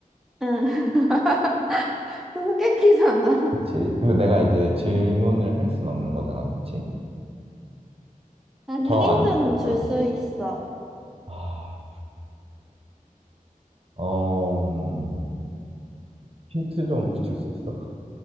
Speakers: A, in the centre; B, on the right.
A: 응. <laughs> 수수께끼잖아.
B: 그치? 근데 내가 이제 질문을 할 순 없는 거잖아, 그치?
A: 아니,
B: 정
A: 힌트는
B: 안,
A: 줄
B: 어,
A: 수 있어.
B: 아, 어, 음, 힌트 좀 혹시 줄 수 있어?